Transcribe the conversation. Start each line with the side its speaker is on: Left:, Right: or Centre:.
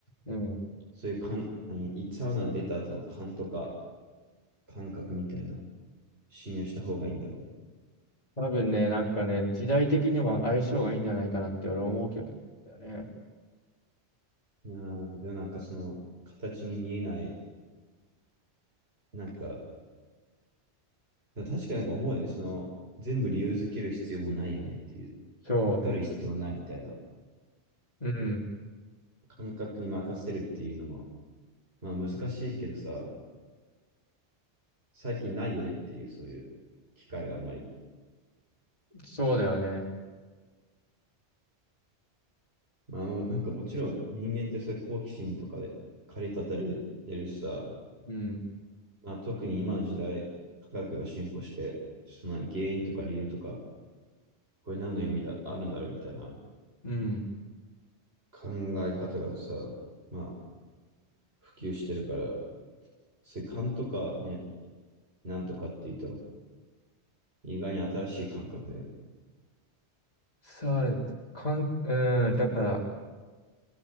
Left: うん。
Right: そういう感、何サウナ出た後の感とか感覚みたいな、信用した方がいいんだろうね。
Left: 多分ね、なんかね、時代的には相性がいいんじゃないかなって俺は思うけどね。
Right: いやーでもなんかその、形に見えない、なんか、でも確かになんか思うよね。その、全部理由づける必要もないよねっていう、
Left: そ
Right: わかる必要ないみたいな、
Left: う。うん。
Right: 感覚に任せるっていうのも、まあ難しいけどさ、最近ないよねっていう、そういう機会があんまり。
Left: そうだよね。
Right: まあ、あの、なんかもちろん人間ってそういう好奇心とかで駆り立たれてるしさ、
Left: うん。
Right: まあ、特に今の時代、科学が進歩して、その原因とか理由とか、これ何の意味だ、あるんだろうみたいな
Left: うん。
Right: 考え方がさ、まあ、普及してるから、そういう勘とかね、なんとかっていうと、意外に新しい感覚だよね。
Left: さう、かん、うん。だから、